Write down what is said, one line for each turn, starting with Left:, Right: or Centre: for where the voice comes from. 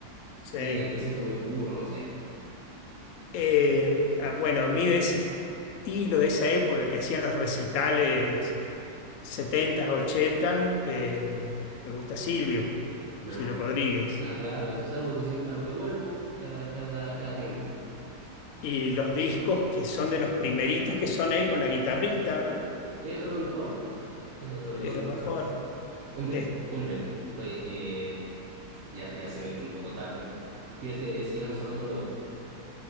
Left: sí.
Right: sí, lo siento muy puro, no sé.
Left: Eh, ah, bueno, a mí de ese estilo, de esa época que hacían los recitales 70 80, eh, me gusta Silvio,
Right: No.
Left: Silvio Rodríguez.
Right: Ah, claro, eso es algo que siempre, a lo que vuelvo cada, cada, cada tiempo.
Left: Y los discos que son de los primeritos, que son él con la guitarrita,
Right: Sí, eso
Left: eh,
Right: es lo mejor, pues. Eso es lo
Left: es
Right: mejor.
Left: lo mejor.
Right: Hombre,
Left: Es-
Right: hombre, oye, eh, ya, ya se me ha hecho un poco tarde. ¿Quieres que sigamos hablando luego?